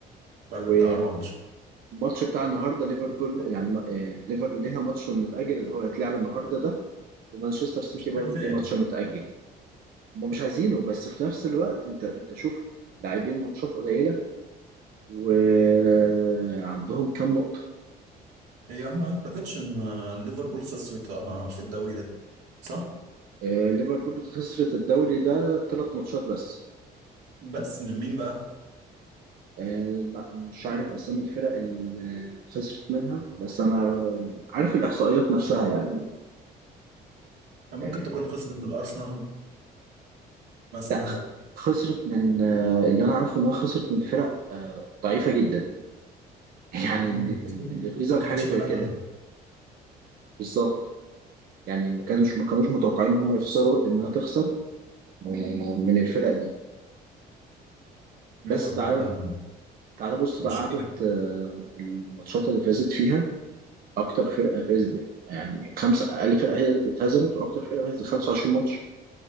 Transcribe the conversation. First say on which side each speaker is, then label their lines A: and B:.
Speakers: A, on the right (about 80°); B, on the right (about 60°).
A: فرق
B: والماتش
A: بتاع اربع ماتشات
B: بتاع النهاردة ليفربول يعني ما- آه، ليفر ليها ماتش متأجل اللي هو هيتلعب النهاردة ده ومانشستر سيتي
A: مش
B: برضو
A: عايزاه
B: ليه ماتش متأجل هم مش عايزينه بس في نفس الوقت أنت أنت شوف لاعبين ماتشات قليلة وعندهم كام نقطة
A: هي ما اعتقدش ان ليفربول خسرت آه، في الدوري ده صح
B: آه، ليفربول خسرت الدوري ده ثلاث ماتشات بس
A: بس من مين بقى
B: آه لا مش عارف اسامي الفرق اللي خسرت منها بس انا عارف الاحصائيات نفسها يعني
A: ممكن
B: آه
A: تكون خسرت من الارسنال مثلا
B: لا خ- خسرت من آه اللي انا عارفه انها خسرت من فرق آه ضعيفه جدا <laughs> يعني
A: مم.
B: اللي اللي يغيظك
A: ما كانتش
B: حاجه زي
A: فارقه
B: كده
A: مع
B: بالظبط يعني ما كانوش ما كانوش متوقعين ان هم يخسروا انها تخسر آه، من الفرق دي
A: ليفربول
B: بس تعال تعال بص
A: مشكله
B: بقى عدد آه الماتشات اللي فازت فيها اكتر فرقه فازت يعني خمسه اقل فرقه هي اتهزمت واكتر فرقه فازت 25 ماتش